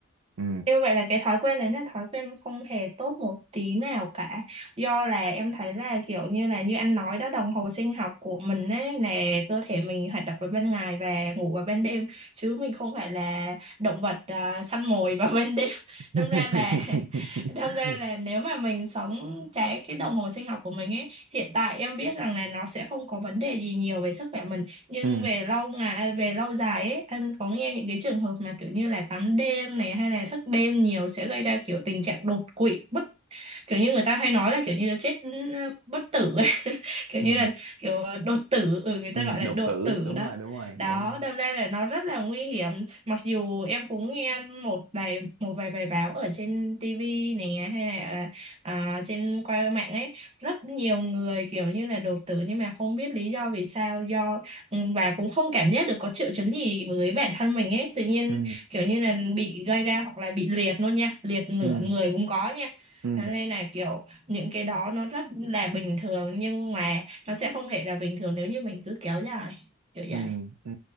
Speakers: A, on the right; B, on the right.
A: Ừ.
B: Như vậy là cái thói quen đấy là thói quen không hề tốt một tí nào cả. Do là em thấy là kiểu như là như anh nói đó đồng hồ sinh học của mình ấy là cơ thể mình hoạt động vào ban ngày và ngủ vào ban đêm chứ mình không phải là động vật à, săn mồi vào ban đêm. <laughs>
A: <laughs>
B: Đâm ra là <laughs> đâm ra là nếu mà mình sống trái cái đồng hồ sinh học của mình ấy hiện tại em biết rằng là nó sẽ không có vấn đề gì nhiều về sức khỏe mình nhưng
A: ừ.
B: về lâu ngày à, về lâu dài ấy anh có nghe những cái trường hợp mà kiểu như là tắm đêm này hay là thức đêm nhiều sẽ gây ra kiểu tình trạng đột quỵ bất kiểu như người ta hay nói là kiểu như là chết ừ, bất tử ấy. <laughs> kiểu
A: Ừ.
B: như là kiểu đột tử ừ, người ta
A: Ừ.
B: gọi là
A: Đột
B: đột
A: tử,
B: tử
A: đúng
B: đó
A: rồi, đúng rồi,
B: đó
A: đúng rồi.
B: đâm ra là nó rất là nguy hiểm mặc dù em cũng nghe một vài một vài bài báo ở trên TV này hay là à, trên qua mạng ấy rất nhiều người kiểu như là đột tử nhưng mà không biết lý do vì sao do ừ, và cũng không cảm giác được có triệu chứng gì với bản thân mình ấy tự nhiên
A: Ừ.
B: kiểu như là bị gây ra hoặc là bị liệt luôn nha liệt nửa
A: Ừ.
B: người cũng có nha
A: Ừ.
B: Thế nên là kiểu những cái đó nó rất là bình thường nhưng mà nó sẽ không hề là bình thường nếu như mình cứ kéo dài kiểu vậy.
A: Ừ, ừ.